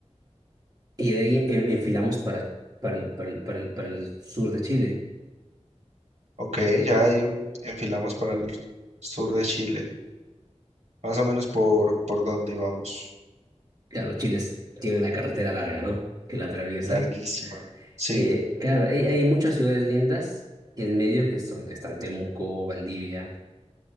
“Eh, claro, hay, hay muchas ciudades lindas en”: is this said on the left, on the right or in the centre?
Right